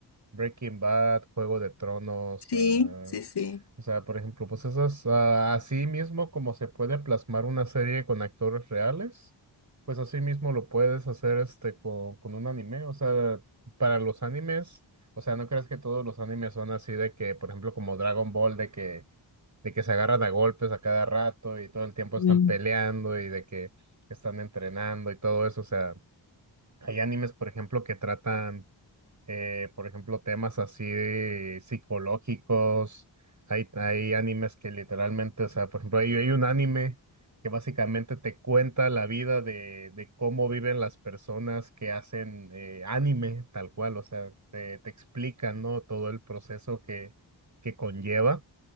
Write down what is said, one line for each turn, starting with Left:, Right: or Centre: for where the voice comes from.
Right: Breaking Bad, Juego de Tronos,
Left: Sí,
Right: ah,
Left: sí, sí.
Right: o sea, por ejemplo, pues esas ah, así mismo como se puede plasmar una serie con actores reales, pues así mismo lo puedes hacer este con, con un anime, o sea, para los animes, o sea, no creas que todos los animes son así de que, por ejemplo, como Dragon Ball de que de que se agarran a golpes a cada rato y todo el tiempo están
Left: Mm.
Right: peleando y de que están entrenando y todo eso. O sea, hay animes, por ejemplo, que tratan, eh, por ejemplo, temas así de psicológicos. Hay, hay animes que literalmente, o sea, por ejemplo, hay, hay un anime que básicamente te cuenta la vida de, de cómo viven las personas que hacen eh, anime, tal cual, o sea, te, te explican, ¿no? Todo el proceso que, que conlleva.